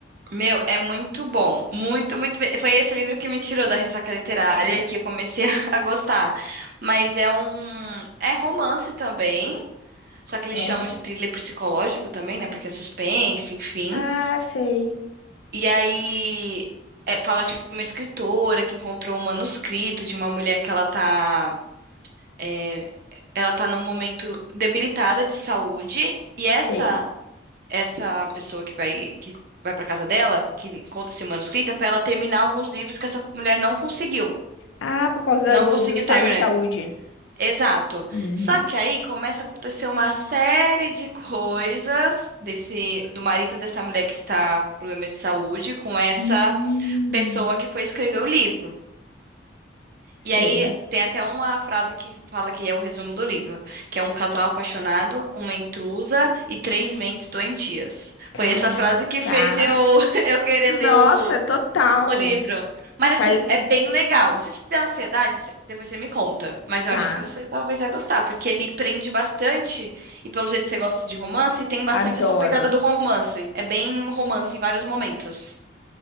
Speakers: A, on the right; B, on the left.
A: Meu, é muito bom. Muito, muito bem. Foi esse livro que me tirou da ressaca literária
B: Ah,
A: que eu comecei <laughs> a gostar. Mas é um. É romance também. Só que eles
B: Aham.
A: chamam de thriller psicológico também, né? Porque é suspense, enfim.
B: Ah, sei,
A: E aí é, fala de uma escritora que encontrou um manuscrito de uma mulher que ela tá, é, ela tá num momento debilitada de saúde, e essa
B: sei.
A: essa pessoa que vai que vai para casa dela, que encontra esse manuscrito, é para ela terminar alguns livros que essa mulher não conseguiu.
B: Ah, por causa da-
A: Não
B: do,
A: conseguiu
B: do estado
A: terminar.
B: de saúde.
A: Exato.
B: Uhum.
A: Só que aí começa a acontecer uma série de coisas desse do marido dessa mulher que está com problema de saúde, com essa
B: Hum,
A: pessoa que foi escrever o livro.
B: sei.
A: E aí tem até uma frase que fala que é o resumo do livro, que é um casal apaixonado, uma intrusa e três mentes doentias.
B: Caraca.
A: Foi essa frase que fez eu <laughs> eu querer
B: Nossa,
A: ler o,
B: total.
A: o livro. Mas assim,
B: Faz-
A: é bem legal. Se te der ansiedade, cê- depois você me conta. Mas
B: Tá,
A: eu acho que você talvez vai gostar, porque ele prende bastante, e pelo jeito você gosta de romance, tem bastante
B: adoro.
A: essa pegada do romance. É bem romance em vários momentos.